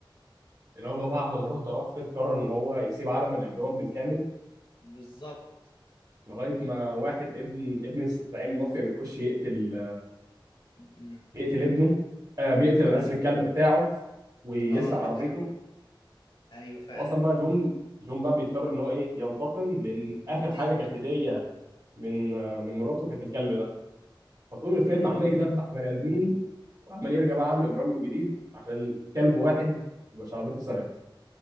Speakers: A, on the right; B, on the left.
A: اللي هو بقى بعد ما مراته توفت قرر ان هو يسيب عالم الاجرام بالكامل
B: بالظبط
A: لغايه ما واحد ابن ابن زعيم المافيا بيخش يقتل
B: مم،
A: بيقتل ابنه آه بيقتل انا
B: ايوه
A: اسف الكلب بتاعه ويسرق
B: اه
A: عربيته
B: دي حقيقه ايوه فعلا
A: واصلا بقى جون جون بقى بيضطر ان هو ايه ينتقم لان اخر
B: ينتقم
A: حاجه كانت
B: منه
A: هديه من آه من مراته كانت الكلب ده فطول الفيلم
B: امم
A: عمال يدبح في بني ادمين وعمال يرجع بقى يعمل اجرام من جديد عشان كلب واحد وشعبيته سرقت